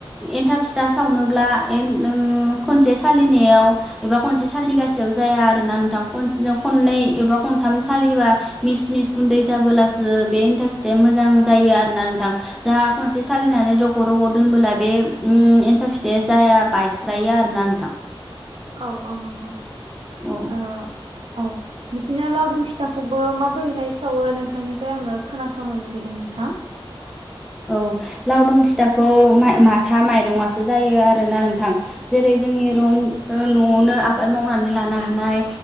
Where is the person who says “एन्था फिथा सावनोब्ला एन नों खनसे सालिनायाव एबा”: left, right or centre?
Centre